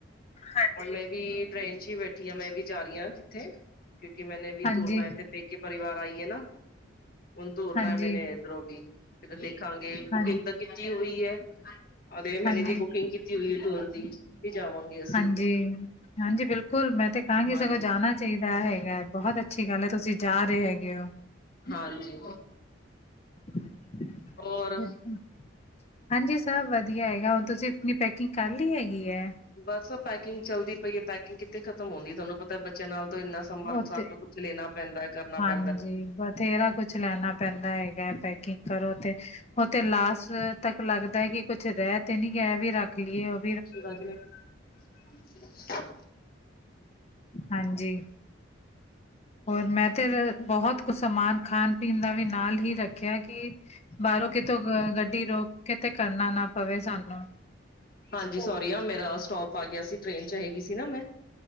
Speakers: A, on the left (about 30°); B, on the left (about 45°).
A: ਹਾਂਜੀ
B: ਹੁਣ ਮੈਂ ਵੀ ਟ੍ਰੇਨ ਚ ਈ ਬੈਠੀ ਆ, ਮੈਂ ਵੀ ਜਾ ਰਹੀ ਹਾਂ ਕਿਥੇ ਕਿਉਂਕਿ ਮੈਨੇ ਵੀ
A: ਹਾਂਜੀ
B: ਤੁਰਨੈ, ਮੈਂ ਪੇਕੇ ਪਰਿਵਾਰ ਆਈ ਐ ਨਾ ਹੁਣ ਤੁਰਨੈ
A: ਹਾਂਜੀ
B: ਮੇਨੇ ਇਧਰੋ ਵੀ ਕਿਤੇ ਦੇਖਾਂਗੇ
A: ਹਾਂਜੀ
B: ਬੁਕਿੰਗ ਤਾਂ ਕੀਤੀ ਹੋਈ ਐ, ਅਗਲੇ ਮਹੀਨੇ
A: ਹਾਂਜੀ
B: ਦੀ ਬੁਕਿੰਗ ਕੀਤੀ ਹੋਈ ਐ ਟੂਰ ਦੀ, ਕੀ ਜਾਵਾਂਗੇ। ਅਸੀਂ
A: ਹਾਂਜੀ। ਹਾਂਜੀ। ਬਿਲਕੁਲ ਮੈਂ ਤੇ ਕਹਾਂਗੀ
B: ਹਾਂਜੀ।
A: ਸਗੋਂ ਜਾਣਾ ਚਾਹੀਦਾ ਹੈਗੈ, ਬਹੁਤ ਅੱਛੀ ਗੱਲ ਐ ਤੁਸੀਂ ਜਾ ਰਹੇ ਹੈਗੇ ਹੋ।
B: ਹਾਂਜੀ।
A: <unintelligible>
B: ਹੋਰ
A: ਹੂੰ-ਹੂੰ। ਹਾਂਜੀ ਸਭ ਵਧੀਆ ਹੈਗੈ, ਹੁਣ ਤੁਸੀਂ ਆਪਣੀ ਪੈਕਿੰਗ ਕਰ ਲਈ ਹੈਗੀ ਐਂ।
B: ਬਸ ਪੈਕਿੰਗ ਚੱਲਦੀ ਪਈ ਐ। ਪੈਕਿੰਗ ਕਿੱਥੇ ਖਤਮ ਹੁੰਦੀ ਐ, ਤੁਹਾਨੂੰ ਪਤਾ ਬੱਚਿਆਂ ਨਾਲ ਤੋਂ ਇੰਨਾ ਸਮਾਨ
A: ਓਥੇ,
B: ਸਾਰਾ ਕੁਛ ਲੈਣਾ ਪੈਂਦਾ ਕਰਨਾ
A: ਹਾਂਜੀ
B: ਪੈਂਦਾ
A: ਬਥੇਰਾ ਕੁਛ ਲੈਣਾ ਪੈਂਦਾ ਹੈਗਾ ਤੇ ਕੀ ਕਰੋ ਤੇ ਓ ਤੇ ਲਾਸਟ ਤੱਕ ਲੱਗਦਾ ਕਿ ਕੁਛ ਰੈ ਤੇ ਨੀ ਗੇਆ ਏਵੀ ਰੱਖ ਲਈ ਹੁਣ।
B: ਸ਼ ਬਾਜੀ <unintelligible>
A: ਹਾਂਜੀ ਹੋਰ ਮੈਂ ਤੇ ਬੋਹਤ ਕੁਛ ਸਮਾਨ ਖਾਣ ਪੀਣ ਦਾ ਵੀ ਨਾਲ ਹੀ ਰੱਖਿਆ ਕਿ ਬਾਹਰੋਂ ਕਿਤੋਂ ਗੱਡੀ ਰੋਕ ਕਿਤੇ ਕਰਨਾ ਨਾ ਪਵੇ ਸਾਨੂੰ
B: ਹਾਂਜੀ ਸੋਰੀ ਆ ਮੇਰਾ ਸਟੋਪ ਆ ਗੇਆ ਸੀ ਟ੍ਰੇਨ ਹੈਗੀ ਸੀ ਨਾ ਮੈਂ